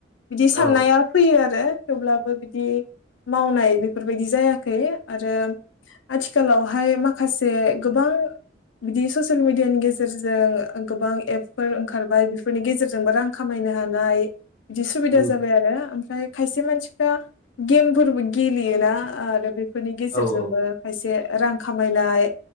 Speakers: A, on the left; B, on the left.
A: बिदि
B: औ
A: साननाया फैयो आरो थेवब्लाबो बिदि मावनाय बेफोरबायदि जायाखै आरो आथिखालावहाय माखासे गोबां बिदि ससियेल मिडियानि गेजेरजों गोबां एपफोर ओंखारबाय बेफोरनि गेजेरजोंबो रां खामायनो हानाय बिदि सुबिदा
B: उम,
A: जाबाय आरो ओमफ्राय खायसे मानसिफ्रा गेमफोरबो गेलेयोना आरो बेफोरनि गेजेरजोंबो
B: औ औ
A: खायसे से रां खामायनाय